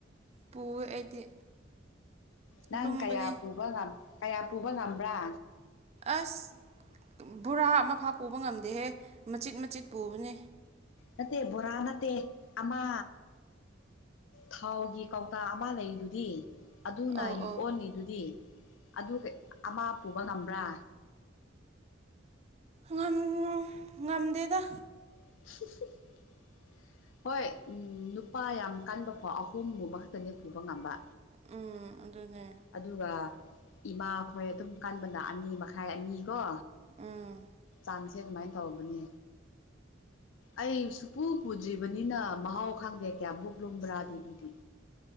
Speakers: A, on the right; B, on the left.
A: ꯄꯨꯌꯦ ꯑꯩꯗꯤ
B: ꯅꯪ
A: ꯂꯨꯝꯕꯅꯦ
B: ꯀꯌꯥ ꯄꯨꯕ ꯀꯌꯥ ꯄꯨꯕ ꯉꯝꯕ꯭ꯔꯥ
A: ꯑꯁ ꯕꯣꯔꯥ ꯑꯃꯐꯥ ꯄꯨꯕ ꯉꯝꯗꯦꯍꯦ ꯃꯆꯤꯠ ꯃꯆꯤꯠ ꯄꯨꯕꯅꯦ
B: ꯅꯠꯇꯦ ꯕꯣꯔꯥ ꯅꯠꯇꯦ ꯑꯃ ꯊꯥꯎꯒꯤ ꯀꯧꯇꯥ ꯑꯃ ꯂꯩ ꯑꯩꯗꯨꯗꯤ ꯑꯗꯨꯅ
A: ꯑꯧ ꯑꯧ
B: ꯑꯣꯟꯂꯤꯗꯨꯗꯤ ꯑꯗꯨꯒ ꯑꯃ ꯄꯨꯕ ꯉꯝꯕ꯭ꯔꯥ
A: ꯉꯝ ꯉꯝꯗꯦꯗ
B: <unintelligible> ꯍꯣꯏ ꯅꯨꯄꯥ ꯌꯥꯝ ꯀꯟꯕ ꯐꯥꯎ ꯑꯍꯨꯝ ꯃꯨꯕ ꯈꯛꯇꯅꯦ ꯄꯨꯕ ꯉꯝꯕ
A: ꯎꯝ ꯑꯗꯨꯗꯅꯦ
B: ꯑꯗꯨꯒ ꯏꯃꯥꯈꯣꯏ ꯑꯗꯨꯝ ꯀꯥꯟꯕꯅ ꯑꯅꯤ ꯃꯈꯥꯏ ꯑꯅꯤꯀꯣ
A: ꯑꯝ
B: ꯇꯥꯡꯁꯦ ꯑꯗꯨꯃꯥꯏꯅ ꯇꯧꯕꯅꯤ ꯑꯩ ꯁꯨꯄꯨ ꯄꯨꯗ꯭ꯔꯤꯕꯅꯤꯅ ꯃꯍꯥꯎ ꯈꯥꯡꯗꯦ ꯀꯌꯥꯃꯛ ꯂꯨꯝꯕ꯭ꯔꯥꯗꯤ ꯑꯗꯨꯗꯤ